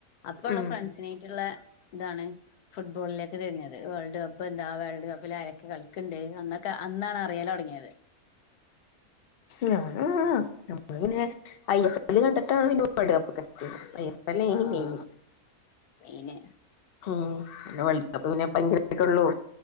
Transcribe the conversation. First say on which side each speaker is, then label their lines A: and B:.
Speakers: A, on the left (about 80°); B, on the left (about 50°).
A: അപ്പൊള്ളാ
B: ഉം
A: ഫ്രണ്ട്സിനേയ്ട്ടുള്ളേ ഇതാണ് ഫുട്ബോളിലേക്ക് തിരിഞ്ഞത് വേൾഡ് കപ്പ് എന്താ വേൾഡ് കപ്പിലരൊക്കേ ക്കെ കളിക്ക്ണ്ട് അന്നൊക്കെ അന്നാണ് അറിയലൊടങ്ങ്യത്
B: ഞാനു ഞമ്മള് പിന്നെ ഐ എസ് എല്ല് കണ്ടിട്ടാണ് പിന്നെ വേൾഡ് കപ്പൊക്കെ ഐ എസ്‌ അല്ലെനി
A: ആഹ്
B: മൈന്‌
A: മെയിന്
B: ഉം പിന്നെ വേൾഡ് കപ്പ് പിനെ പങ്കരക്ക ഉള്ളൂ